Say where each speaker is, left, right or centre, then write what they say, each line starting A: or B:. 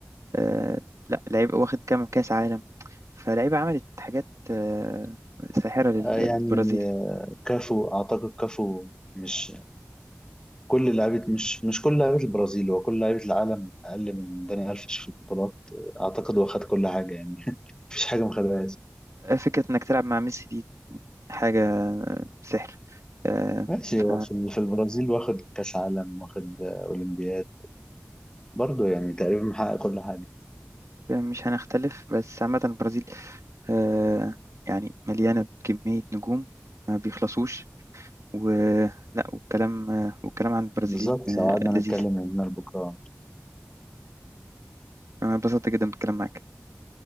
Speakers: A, on the right (about 80°); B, on the left (about 15°).
A: آه لا لعيب واخد كام كأس عالم فلعيبة عملت حاجات آه ساحرة لل-
B: آه،
A: للبرازيل
B: يعني آه، كافو اعتقد كافو مش كل لعيبه مش مش كل لعيبه البرازيل هو كل لعيبه العالم اقل من داني الفيش في البطولات اعتقد هو خد كل حاجه يعني <laughs> مفيش حاجه ما خدهاش
A: آه، فكرة إنك تلعب مع ميسي دي حاجة آه، سحر آه،
B: ماشي
A: ف
B: هو في في البرازيل واخد كاس عالم واخد آه، اولمبياد برضه يعني تقريبا محقق كل حاجه
A: مش هنختلف بس عامة البرازيل آه، يعني مليانة بكمية نجوم ما بيخلصوش ولا والكلام آه، والكلام عن البرازيليين
B: بالظبط
A: آه،
B: لو قعدنا
A: لذيذ
B: نتكلم من هنا لبكره
A: أنا انبسطت جدا بالكلام معاك